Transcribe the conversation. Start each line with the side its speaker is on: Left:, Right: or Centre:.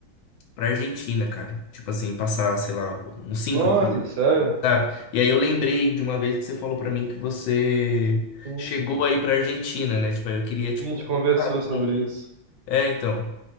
Left: pra Argentina, cara. Tipo assim, passar, sei lá, uns cinco
Right: Nossa,
Left: dias.
Right: sério?
Left: Sabe? E aí eu lembrei de uma vez que você falou pra mim que você
Right: Hum,
Left: chegou aí pra Argentina, né? Tipo, aí eu queria, tipo,
Right: sim, a gente conversou
Left: sabe,
Right: sobre
Left: um...
Right: isso.
Left: É, então.